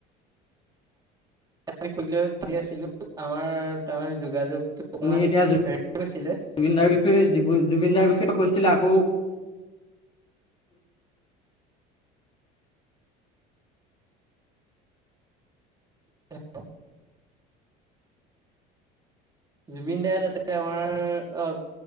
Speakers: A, on the right (about 20°); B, on the left (about 30°).
A: আমি সকলোৱে ভাবিয়ে আছিলোঁ আমাৰ তাৰমানে যোগাযোগটো
B: আপুনি
A: অকমান
B: এতিয়া
A: হেৰি গৈছিলে।
B: জুবিনদাৰ বিষয়ে জু-জুবিনদাৰ বিষয়ে কৈছিলে আকৌ।
A: হেল্ল'। জুবিন দাই যাতে আমাৰ অহ,